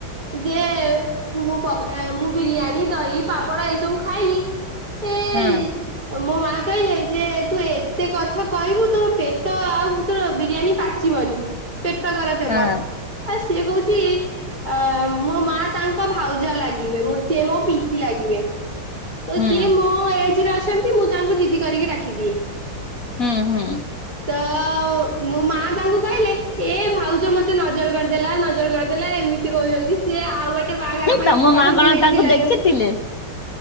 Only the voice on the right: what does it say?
ଯେ ମୁଁ ମୁଁ ବିରିୟାନୀ ଦହି ପାମ୍ପଡ ଏଇସବୁ ଖାଇଲି। <unintelligible>
ମୋ ମା କାଇଁ। ଯେ ଯେ ତୁ ଏତେ କଥା କହିବୁ ତୋର ପେଟ ଆଉ ତୋର ବିରିୟାନୀ ପାଚିବନି। ପେଟ ଖରାପ ହେବ
ଆଉ ସିଏ କହୁଚି। ଅ ମୋ ମା ତାଙ୍କ ଭାଉଜ ଲାଗିବେ ସିଏ ମୋ ପିଇସି ଲାଗିବେ। ତ
ସିଏ ମୋ ଏଜରେ ଅଛନ୍ତି ମୁଁ ତାଙ୍କୁ ଦିଦି କରିକି ଡାକିଦିଏ।
ତ ମୋ ମା ତାଙ୍କୁ କହିଲେ। ଏଭାଉଜ ମତେ ନଜର କରିଦେଲା ନଜର କରିଦେଲା ଏମିତି କହୁଛନ୍ତି ସିଏ ଆଉ ଗୋଟେ। ବାହାଘର ପାଇଁ
ମୋ ପାଖରକୁ
ମେହେନ୍ଦି
ଲଗେଇବେ।